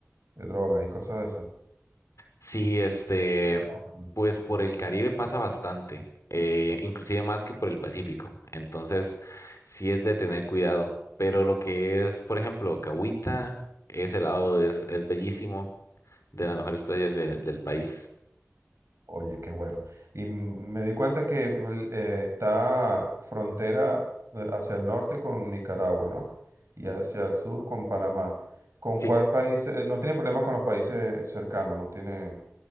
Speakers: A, on the right (about 70°); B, on the left (about 80°).
A: de drogas y cosas de esas.
B: Sí, este,
A: De fenómenos.
B: pues por el Caribe pasa bastante, eh, inclusive más que por el Pacífico, entonces sí es de tener cuidado, pero lo que es, por ejemplo, Cahuita, ese lado es, es bellísimo, de las mejores playas de- del país.
A: Oye, qué bueno. Y m- me di cuenta que el- eh, está frontera eh, hacia el norte con Nicaragua, ¿no? Y hacia el sur con Panamá. ¿Con
B: Sí,
A: cuál país? eh, no tiene problema con los países cercanos, no tiene